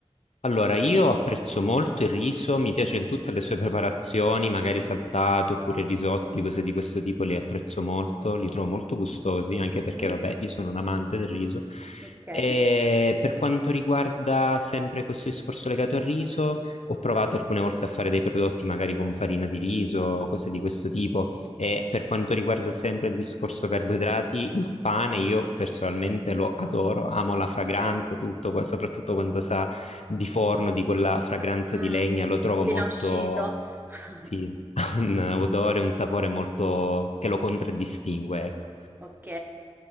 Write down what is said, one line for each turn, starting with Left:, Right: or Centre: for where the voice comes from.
Left: Allora, io apprezzo molto il riso, mi piace in tutte le sue preparazioni, magari saltato oppure risotti, cose di questo tipo, le apprezzo molto, li trovo molto gustosi, anche
Right: Mhm.
Left: perché, vabbè, io sono un amante del riso.
Right: Ok.
Left: E per quanto riguarda sempre questo discorso legato al riso, ho provato alcune volte a fare dei prodotti magari con farina di riso, cose di questo tipo. E per quanto riguarda sempre il discorso carboidrati, il pane io personalmente lo adoro, amo la fragranza,
Right: Ok.
Left: tutto, qua- soprattutto quando sa di forno, di quella fragranza
Right: Mm,
Left: di legna, lo trovo
Right: appena
Left: molto,
Right: uscito. <laughs>
Left: sì, <laughs> ha un odore, un sapore molto che lo contraddistingue, ecco.
Right: Ok.